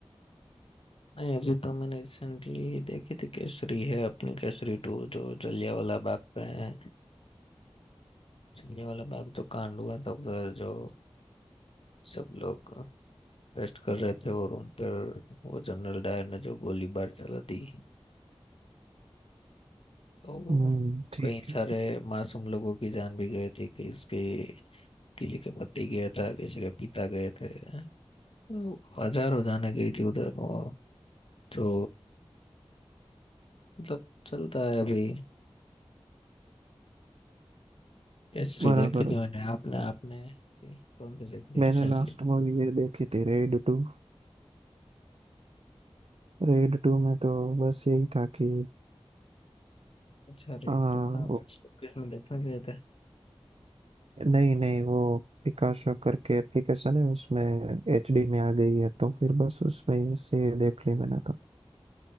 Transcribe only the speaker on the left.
नहीं अभी तो मैंने रिसेंटली देखी थी केसरी है अपनी केसरी टू जो जलियांवाला बाग पे है जलियांवाला बाग जो कांड हुआ था उधर जो सब लोग रेस्ट कर रहे थे और उन पर वो जनरल डायर ने जो गोलीबार चला दी तो
कई सारे
मासूम लोगों की जान भी गई थी किसी के किसी के पति गया था किसी के पिता गए थे तो हजारों जाने गई थी उधर और जो मतलब चलता है अभी हिस्ट्री
देखी थी
मैंने आपने आपने भी कौन सी देखी थी
रिसेंटली
अच्छा रे
तो कहाँ
पे किस में देखने गए थे